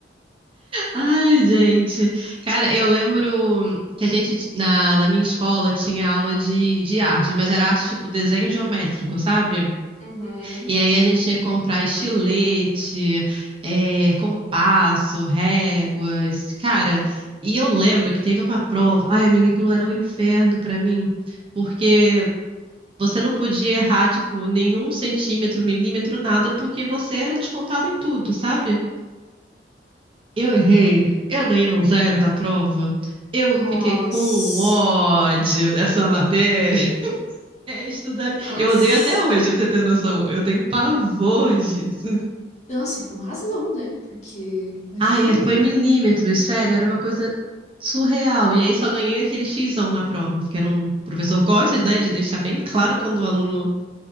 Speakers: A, on the right (about 30°); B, on the left (about 40°).
A: Ai, gente. Cara, eu lembro que a gente, na, na minha escola, tinha aula de, de arte, mas era arte tipo desenho geométrico, sabe?
B: Uhum.
A: E aí a gente tinha que comprar estilete, eh, compasso, réguas. Cara, e eu lembro que teve uma prova. Ai, amiga, aquilo era um inferno pra mim, porque. Você não podia errar, tipo, nenhum centímetro, milímetro, nada, porque você era descontado em tudo, sabe? Eu errei, eu ganhei um zero na prova, eu
B: Nossa.
A: fiquei com um ódio dessa matéria. <laughs> É estudar.
B: Nossa.
A: Eu odeio até hoje, pra você ter noção. Eu tenho pavor disso.
B: Nossa, e com razão, né? Porque, imagine.
A: Ah, é, foi milímetros, sério, era uma coisa surreal. E aí só ganhei aquele xizão na prova, porque era um o professor gosta, né, de deixar bem claro quando o aluno